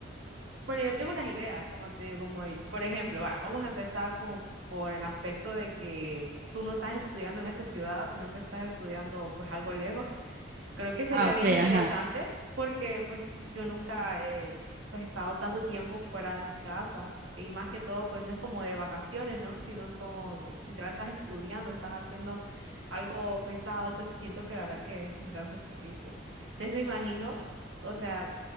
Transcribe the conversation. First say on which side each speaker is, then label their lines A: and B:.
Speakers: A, on the right (about 80°); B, on the right (about 45°).
A: Bueno, yo tengo unas ideas, como te digo, como y- por ejemplo, va, vamos a empezar como por el aspecto de que tú no estás estudiando en esta ciudad, sino que estás estudiando pues algo lejos. Creo que sería
B: Ah, ok,
A: bien interesante
B: ajá.
A: porque pues yo nunca he pues, estado tanto tiempo fuera de mi casa y más que todo pues no es como de vacaciones, ¿no? Sino como que literal estás estudiando, estás haciendo algo pesado, entonces siento que la verdad que es un gran sacrificio. Entonces me imagino, o sea,